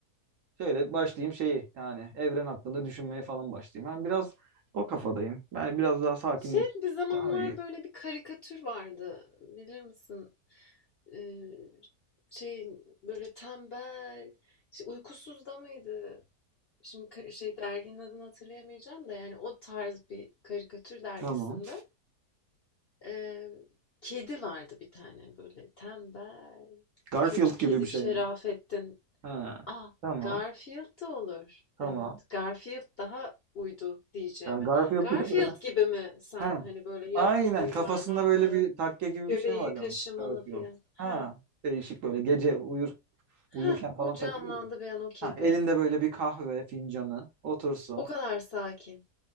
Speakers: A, on the right; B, on the left.
A: şöyle başlayayım şeyi yani evren hakkında düşünmeye falan başlayayım. Ben biraz o kafadayım. Yani biraz daha
B: <laughs>
A: sakinlik
B: Şey, bir zamanlar
A: daha iyi.
B: böyle bir karikatür vardı. Bilir misin? Eee, şey, böyle tembel, işte, Uykusuz da mıydı? Şimdi ka şey derginin adını hatırlayamayacağım da yani o tarz bir karikatür dergisinde,
A: Tamam.
B: eee, kedi vardı bir tane böyle tembel,
A: Garfield
B: kötü kedi
A: gibi bir
B: Şerafettin.
A: şey mi? Ha.
B: Ah
A: Tamam.
B: Garfield da olur.
A: Tamam.
B: Evet, Garfield daha uydu diyeceğime.
A: Ya Garfield
B: Garfield
A: bir de böyle.
B: gibi mi sen?
A: Ha.
B: Hani böyle yatmalı,
A: Aynen
B: yuvarlanmalı,
A: kafasında böyle bir takke gibi
B: göbeği
A: bir şey var yani.
B: kaşımalı
A: Garfield.
B: falan? Ha.
A: Ha. Değişik böyle gece uyur uyurken
B: Heh,
A: falan
B: o canlandı
A: takılıyor. ya.
B: bir an o kedi.
A: Ha, elinde böyle bir kahve fincanı otursun.
B: O kadar sakin.